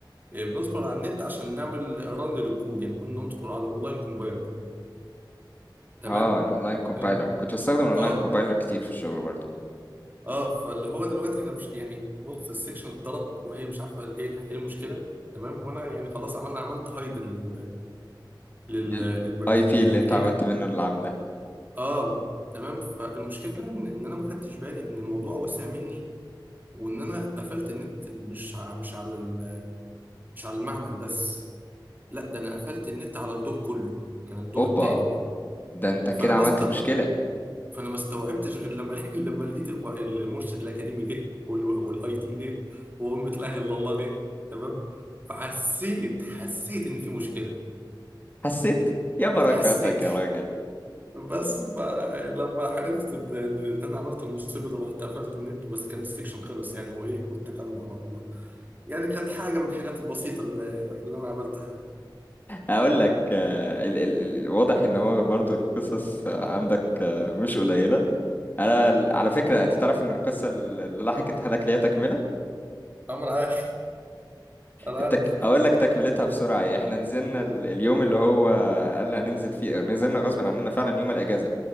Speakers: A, on the right; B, on the left.
A: آه، بندخل على النت عشان نعمل رن للكود يعني كنا ندخل على اونلاين كومبايلر تمام
B: اه الاونلاين كومبايلر
A: الم-
B: كنت بستخدم الاونلاين
A: اه
B: كومبايلر كتير في الشغل برضو
A: اه فاللي هو دلوقتي احنا مش يعني بص السكشن اتضرب وهي مش عارفه ايه ايه المشكله تمام وانا يعني خلاص عملنا عملت هايد لل... لل...
B: الاي
A: للبرنامج
B: بي
A: ده
B: اللي
A: يعني
B: انت
A: هي
B: عملت منه اللي عامله
A: اه تمام فالمشكله ان إن انا ما خدتش بالي ان الموضوع وسع مني وان انا قفلت النت مش ع- مش على ال... مش على المعمل بس لا ده انا قفلت النت على الدور كله كان الدور
B: اوبا
A: التاني
B: ده انت
A: فانا
B: كده
A: بس
B: عملت مشكلة
A: فانا ما استوعبتش غير لما <laughs> لما لقيت الو- المرشد الاكاديمي جه والاي تي جه وامة لا اله الا الله جه تمام فحسيت حسيت ان في مشكله
B: حسيت يا بركاتك
A: حسيت
B: يا راجل
A: بس فلما عرفت ان إن انا عملت المصيبه دي رحت قفلت النت بس كان السكشن خلص يعني وايه واتكلنا على الله يعني كانت حاجه من الحاجات البسيطه اللي, اللي انا عملتها
B: اقول لك آه، ال- ال- ال- واضح ان هو برضو القصص آه، عندك آه، مش قليله انا ال- على فكره انت تعرف ان القصه اللي لحقتها لك ليها تكمله
A: أه، انا عارف انا عارف
B: التك... اقول لك تكملتها بسرعه إيه. احنا نزلنا
A: أقول
B: ال- اليوم اللي هو قال هننزل فيه نزلنا غصب عننا فعلا يوم الاجازه